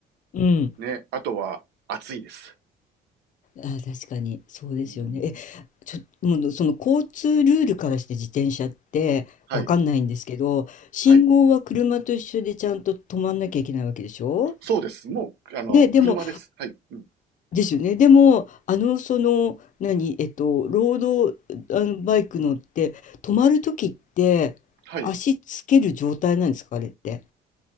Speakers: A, on the left; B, on the right.
A: い。うん。
B: ね、あとは、暑いです。
A: あ確かに、そうですよね。
B: うん。
A: え、ちょ、もう、その交通ルールからして自転車ってわかんないんですけど、
B: はい。
A: 信号は車と一緒でちゃんと止まんなきゃいけないわけでしょ
B: はい。そうです。もう、あの、
A: ね、でも、
B: 車です。はい。うん。
A: ですよね。でも、あの、その、何、えっと、ロード、あの、バイク乗って、止まるときって、
B: はい。
A: 足つける状態なんですか、あれって。